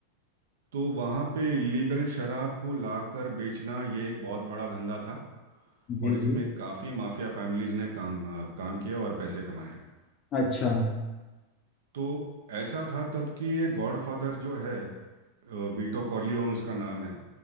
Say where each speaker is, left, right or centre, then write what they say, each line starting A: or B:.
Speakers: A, on the right; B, on the left.
A: तो वहाँ पे इलीगल शराब को लाकर बेचना ये एक बहुत बड़ा धंधा था
B: जी
A: और इसमें
B: जी
A: काफ़ी माफिया फैमिलीज ने काम अ, काम किया और पैसे कमाए हैं।
B: अच्छा
A: तो ऐसा था तब कि ये गॉडफादर जो है अ, वीटो कॉर्लियोन उसका नाम है